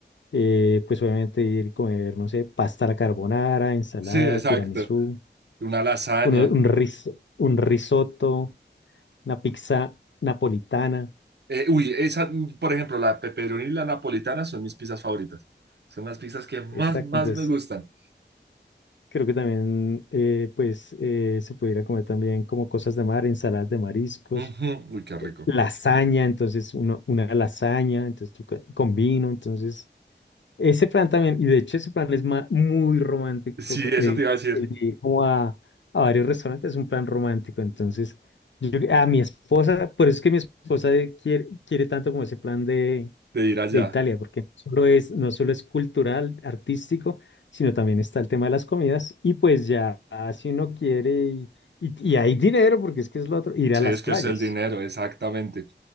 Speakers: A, on the left (about 75°); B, on the right (about 65°).
A: Eh, pues obviamente ir y comer, no sé, pasta a la carbonara, ensalada,
B: Sí, exacto.
A: tiramisú,
B: Una lasaña.
A: uno- un, ris- un risotto, una pizza napolitana.
B: Eh, uy, esa, mm, por ejemplo, la pepperoni y la napolitana son mis pizzas favoritas. Son las pizzas que más,
A: Exacto,
B: más
A: entonces
B: me gustan.
A: creo que también eh, pues eh, se pudiera comer también como cosas de mar, ensaladas de mariscos.
B: Ujú, Uy, qué rico.
A: lasaña, entonces uno- una lasaña, entonces tú co- con vino, entonces ese plan también, y de hecho ese plan es ma- muy romántico,
B: Sí,
A: co-
B: eso
A: el,
B: te iba a decir,
A: el de ir como a, a varios restaurantes es un plan romántico, entonces yo, a mi esposa, por eso es que mi esposa eh, quiere, quiere tanto como ese plan de,
B: de ir allá.
A: de Italia, porque no solo es, no solo es cultural, artístico, sino también está el tema de las comidas, y pues ya si uno quiere, y, y y hay dinero, porque es que es lo otro, ir
B: Sí,
A: a las
B: es
A: playas.
B: que es el dinero, exactamente.